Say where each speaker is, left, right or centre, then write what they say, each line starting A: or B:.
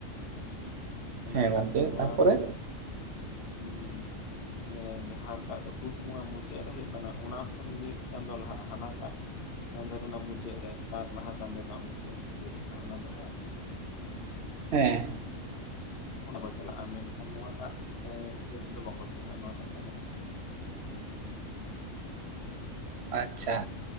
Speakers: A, on the left (about 45°); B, on the right (about 60°).
A: ᱚᱱᱟᱴᱟᱜ
B: ᱦᱮᱸ ᱜᱚᱢᱠᱮ
A: ᱫᱚ ᱱᱚᱣᱟ
B: ᱛᱟᱨᱯᱚᱨᱮ
A: ᱦᱩᱸ᱾ ᱡᱟᱦᱟᱸᱴᱟᱜ ᱫᱚ ᱯᱩᱥ ᱵᱚᱸᱜᱟ ᱢᱩᱪᱟᱹᱫ ᱨᱮ ᱦᱩᱭᱩᱜ ᱠᱟᱱᱟ ᱚᱱᱟ ᱠᱷᱚᱱ ᱢᱤᱫ ᱪᱟᱸᱫᱳ ᱞᱟᱦᱟ ᱦᱟᱱᱟᱴᱟᱜ, ᱪᱟᱸᱫᱳ ᱨᱮᱱᱟᱜ ᱢᱩᱪᱟᱹᱫ ᱨᱮ ᱛᱟᱨ ᱞᱟᱦᱟ ᱪᱟᱸᱫᱳ ᱨᱮᱱᱟᱜ ᱢᱩᱪᱟᱹᱫ ᱨᱮ ᱦᱩᱭᱩᱜᱼᱟ ᱚᱱᱟ ᱫᱚ ᱦᱮᱸ,
B: ᱦᱮᱸ
A: ᱚᱱᱟ ᱠᱚ ᱪᱟᱞᱟᱜᱼᱟ ᱢᱮᱱᱠᱷᱟᱱ ᱱᱚᱣᱟᱴᱟᱜ ᱤᱭᱟᱹ ᱨᱮᱫᱚ ᱵᱟᱠᱚ ᱪᱟᱞᱟᱜᱼᱟ ᱱᱚᱣᱟᱴᱟᱜ ᱥᱟᱠᱨᱟᱛ,
B: ᱟᱪᱪᱷᱟ